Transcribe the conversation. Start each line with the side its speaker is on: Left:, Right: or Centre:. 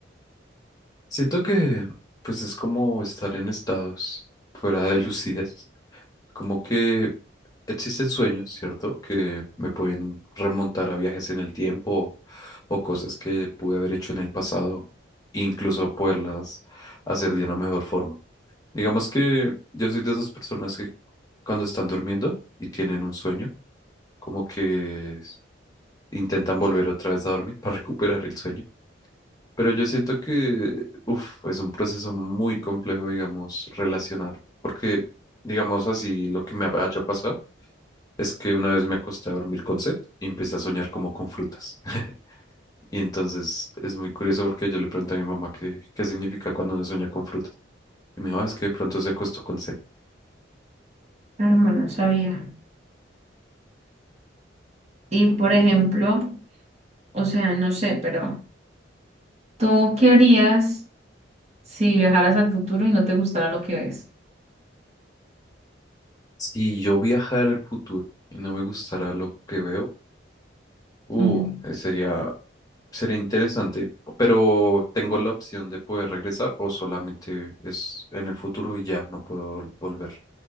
Left: Siento que pues es como estar en estados fuera de <laughs> lucidez, como que existen sueños, ¿cierto? Que me pueden remontar a viajes en el tiempo o cosas que pude haber hecho en el pasado, incluso poderlas hacer de una mejor forma. Digamos que yo soy de esas personas que cuando están durmiendo y tienen un sueño, como que intentan volver otra vez a dormir <laughs> para recuperar el sueño. Pero yo siento que, uf, es un proceso muy complejo, digamos, relacionar. Porque, digamos así, lo que me haya pasado es que una vez me acosté a dormir con sed y empecé a soñar como con frutas. <laughs> Y entonces es muy curioso porque yo le pregunté a mi mamá qué, qué significa cuando uno sueña con frutas. Y me dijo, "Ah, es que de pronto se acostó con sed.
Right: Hermano, no sabía. Y por ejemplo, o sea, no sé, pero ¿tú qué harías? si viajaras al futuro y no te gustara lo que ves.
Left: Si yo viajara al futuro y no me gustara lo que veo, uh,
Right: Ujú.
Left: sería Sería interesante, pero tengo la opción de poder regresar o solamente es en el futuro y ya no puedo vol- volver.